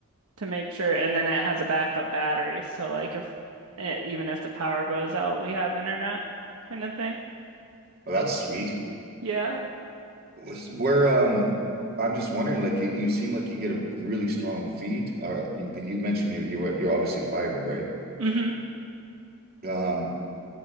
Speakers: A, on the right (about 80°); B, on the right (about 45°).
A: to make sure, and then it has a backup battery. So like if it, even if the power goes out, we have internet kind of thing.
B: Well, that's sweet.
A: Yeah.
B: Was- Where um, I'm just wondering, like you, you seem like you get a really strong feed. Uh, you, you mentioned you're you're you're obviously fiber, right?
A: hmm
B: Um,